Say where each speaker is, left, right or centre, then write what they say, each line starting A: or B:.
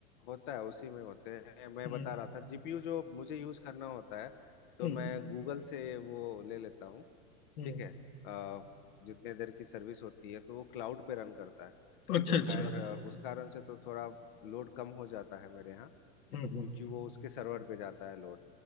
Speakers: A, on the left (about 35°); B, on the left (about 75°).
A: होता है उसी में होते हैं मैं
B: हम्म
A: बता रहा था जीपीयू जो मुझे यूज करना होता है तो
B: हम्म
A: मैं गूगल से वो ले लेता हूँ
B: हम्म
A: ठीक है अ, जितने देर की सर्विस होती है तो वो क्लाउड पे रन करता है
B: अच्छा
A: तो
B: अच्छा
A: खैर अ, उस कारण से तो थोड़ा लोड कम हो जाता है मेरे यहाँ
B: हम्म, हम्म।
A: क्योंकि वो उसके सर्वर पे जाता है लोड